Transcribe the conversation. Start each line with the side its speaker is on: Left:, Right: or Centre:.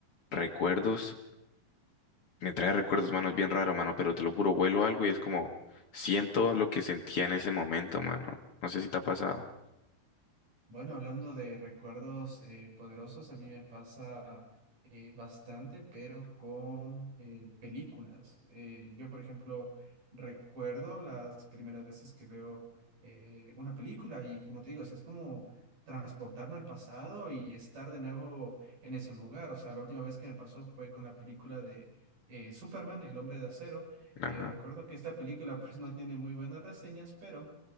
Left: recuerdos Me trae recuerdos, mano, es bien raro, mano, pero te lo juro, vuelo algo y es como siento lo que sentía en ese momento, mano. No sé si te ha pasado.
Right: Bueno, hablando de recuerdos eh, poderosos, a mí me pasa eh, bastante, pero con eh, películas. Eh, yo, por ejemplo, recuerdo las primeras veces que veo eh, una película y, como te digo, es es como transportarme al pasado y estar de nuevo en ese lugar. O sea, la última vez que me pasó fue con la película de eh, Superman, El Hombre de Acero.
Left: Ajá.
Right: Eh, recuerdo que esta película <laughs> pues no tiene muy buenas reseñas, pero